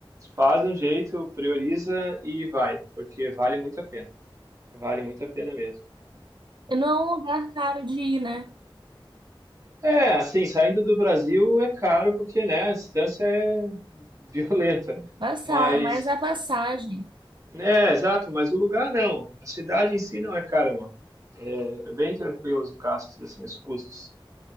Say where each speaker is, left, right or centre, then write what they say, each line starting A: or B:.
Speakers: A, on the right; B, on the right.
A: faz um jeito, prioriza e vai, porque vale muito a pena. Vale muito a pena mesmo.
B: Não é um lugar caro de ir, né?
A: É, assim, saindo do Brasil é caro porque, né, a distância é <laughs> violenta,
B: Passar,
A: mas
B: mas a passagem.
A: É, exato, mas o lugar não. A cidade em si não é cara, não. É, é bem tranquilo os gastos, assim, os custos.